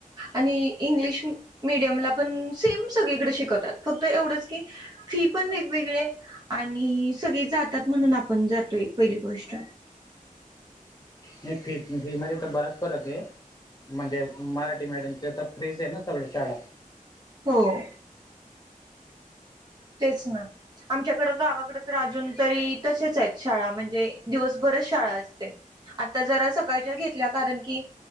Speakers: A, on the right; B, on the left.
A: आणि इंग्लिश मीडियमला पण सेम सगळीकडे शिकवतात फक्त एवढंच की फी पण वेगवेगळे आणि सगळे जातात म्हणून आपण जातो एक पहिली गोष्ट
B: नाही फी फी मध्ये तर बराच फरक आहे म्हणजे मराठी मडियमच्या तर फ्रीच आहे ना सगळ शडा
A: होम तेच ना आमच्याकडं गावाकड तर अजून तरी तसेच आहेत शाळा म्हणजे दिवसभरच शाळा असते आता जरा सकाळच्या घेतल्या कारण की